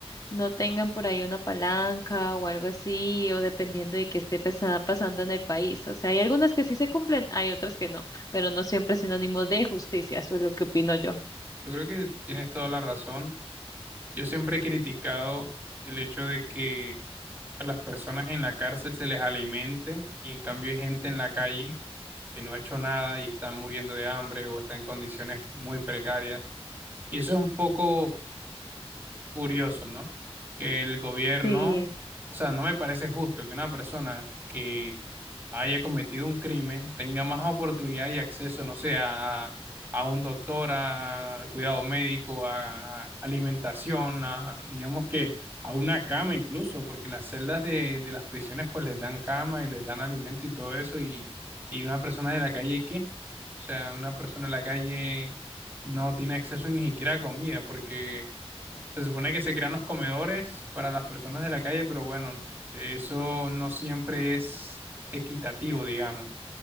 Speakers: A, on the left (about 35°); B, on the right (about 20°).
A: no tengan por ahí una palanca o algo así, o dependiendo de qué esté pesa- pasando en el país. O sea, hay algunas que sí se cumplen, hay otras que no, pero no siempre es sinónimo de justicia, eso es lo que opino yo.
B: Yo creo que tienes toda la razón. Yo siempre he criticado el hecho de que a las personas en la cárcel se les alimente y en cambio hay gente en la calle que no ha hecho nada y está muriendo de hambre o está en condiciones muy precarias. Y eso es un poco curioso, ¿no? Que el gobierno,
A: Sí,
B: o sea, no me parece justo que una persona que haya cometido un crimen tenga más oportunidad y acceso, no sé, a, a un doctor, a cuidado médico, a alimentación, a, digamos que a una cama incluso, porque en las celdas de, de las prisiones pues les dan cama y les dan alimento y todo eso, y, y una persona de la calle, ¿qué? O sea, una persona de la calle no tiene acceso ni siquiera a comida, porque se supone que se crean los comedores para las personas de la calle, pero bueno, eso no siempre es equitativo, digamos.